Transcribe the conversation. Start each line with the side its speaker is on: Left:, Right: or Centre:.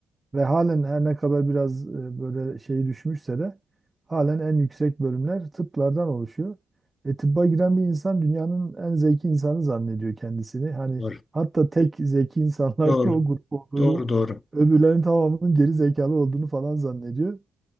Right: Ve halen her ne kadar biraz e, böyle şey düşmüşse de halen en yüksek bölümler tıplardan oluşuyor. E, tıbba giren bir insan dünyanın en zeki insanı zannediyor kendisini. Hani
Left: Doğru.
Right: hatta tek zeki insanların
Left: Doğru.
Right: <laughs> o grup olduğunu,
Left: Doğru doğru.
Right: öbürlerin tamamının geri zekalı olduğunu falan zannediyor.